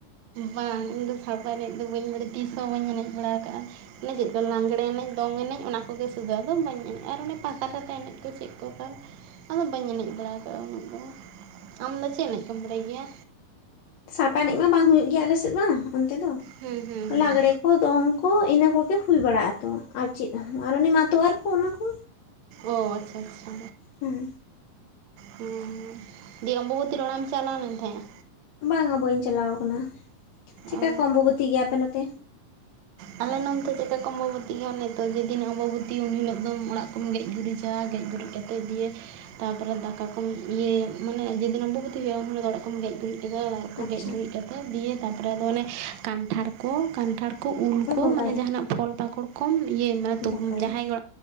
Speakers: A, on the right; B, on the left.
A: ᱵᱟᱝ ᱤᱧᱫᱚ ᱥᱟᱲᱯᱟ ᱮᱱᱮᱡ ᱫᱚ ᱵᱟᱹᱧ ᱵᱟᱲᱟᱭᱟ ᱛᱤᱥ ᱦᱚᱸ ᱵᱟᱹᱧ ᱮᱱᱮᱡ ᱵᱟᱲᱟ ᱟᱠᱟᱜᱼᱟ᱾ ᱚᱱᱮ ᱪᱮᱫ ᱫᱚ ᱞᱟᱜᱽᱮᱲᱮ ᱮᱱᱮᱡ ᱫᱚᱝ ᱮᱱᱮᱡ ᱚᱱᱟ ᱠᱚᱜᱮ <unintelligible> ᱟᱫᱚᱢ ᱵᱟᱹᱧ ᱮᱱᱮᱡᱼᱟ, ᱟᱨ ᱚᱱᱮ ᱯᱟᱠᱟ ᱯᱟᱠᱟ ᱮᱱᱮᱡ ᱠᱚ ᱪᱮᱫ ᱠᱚ ᱠᱟᱱ ᱟᱫᱚ ᱵᱟᱹᱧ ᱮᱱᱮᱡ ᱵᱟᱲᱟ ᱟᱠᱟᱜᱼᱟ ᱩᱱᱟᱹᱜ ᱫᱚ᱾ ᱟᱢᱫᱚ ᱪᱮᱫ ᱮᱱᱮᱡ ᱠᱚᱢ ᱵᱟᱲᱟᱭ ᱜᱮᱭᱟ?
B: ᱥᱟᱲᱯᱟ ᱮᱱᱮᱡ ᱢᱟ ᱵᱟᱝ ᱦᱩᱭᱩᱜ ᱜᱮᱭᱟ ᱟᱞᱮ ᱥᱮᱫ ᱢᱟ ᱚᱱᱛᱮ ᱫᱚ᱾
A: ᱦᱩᱸ, ᱦᱩᱸ, ᱦᱩᱸ᱾
B: ᱞᱟᱜᱽᱲᱮ ᱠᱚ ᱫᱚᱝ ᱠᱚ ᱤᱱᱟᱹ ᱠᱚᱜᱮ ᱦᱩᱭ ᱵᱟᱲᱟᱜᱼᱟ ᱛᱚ, ᱟᱨ ᱪᱮᱫ ᱦᱚᱸ ᱟᱨ ᱩᱱᱤ ᱢᱟᱛᱣᱟᱨ ᱠᱚ ᱚᱱᱟᱠᱚ᱾
A: ᱚ ᱟᱪᱪᱷᱟ, ᱟᱪᱪᱷᱟ᱾
B: ᱦᱮᱸ
A: ᱦᱮᱸ ᱫᱤᱭᱮ ᱚᱢᱵᱚᱵᱚᱛᱤ ᱨᱮ ᱚᱲᱟᱜ ᱮᱢ ᱪᱟᱞᱟᱣ ᱞᱮᱱ ᱛᱟᱦᱮᱸᱜᱼᱟ?
B: ᱵᱟᱝᱟ ᱵᱟᱹᱧ ᱪᱟᱞᱟᱣ ᱟᱠᱟᱱᱟ᱾ᱪᱮᱠᱟ
A: ᱚ
B: ᱠᱚ ᱟᱢᱵᱚᱵᱚᱛᱤ ᱜᱮ ᱟᱯᱮ ᱱᱚᱛᱮ?
A: ᱟᱞᱮ ᱱᱚᱱᱛᱮ <unintelligible> ᱟᱢᱵᱟ ᱵᱚᱛᱤᱜᱟ ᱚᱱᱮ ᱛᱚ ᱡᱮᱫᱤᱱ ᱟᱢᱵᱟᱵᱩᱛᱤ ᱩᱱ ᱦᱤᱞᱳᱜ ᱫᱚ ᱚᱲᱟᱜ ᱠᱚᱢ ᱜᱮᱡ ᱜᱩᱨᱤᱡᱟ ᱜᱮᱡ ᱜᱩᱨᱤᱡ <unintelligible> ᱛᱟᱨᱯᱚᱨᱮ ᱫᱟᱠᱟ ᱠᱚᱢ ᱤᱭᱟᱹ ᱢᱟᱱᱮ ᱡᱮ ᱫᱤᱱ ᱟᱢᱵᱟᱵᱚᱛᱤ ᱦᱩᱭᱩᱜᱼᱟ ᱩᱱ ᱦᱤᱞᱚᱜ ᱫᱚ ᱚᱲᱟᱜ ᱠᱚᱢ ᱜᱮᱡ ᱜᱩᱨᱤᱡ ᱠᱮᱫᱟ᱾
B: ᱟᱪᱪᱷᱟ
A: ᱜᱮᱡ ᱜᱩᱨᱤᱡ ᱠᱟᱛᱮ ᱫᱤᱭᱮ ᱛᱟᱯᱚᱨᱮ ᱟᱫᱚ ᱚᱱᱮ ᱠᱟᱱᱴᱷᱟᱲ ᱠᱚ ᱠᱟᱱᱴᱷᱟᱲ ᱠᱚ ᱩᱞ
B: ᱯᱮ
A: ᱠᱚ
B: ᱵᱚᱸᱜᱟᱭᱟ
A: ᱢᱟᱱᱮ ᱡᱟᱦᱟᱱᱟᱜ ᱯᱷᱚᱞ ᱯᱟᱠᱚᱲ ᱠᱚᱢ ᱤᱭᱟᱹ ᱢᱟᱱᱮ
B: ᱵᱚᱸᱜᱟᱭᱟ
A: ᱡᱟᱦᱟᱸᱭ ᱜᱮ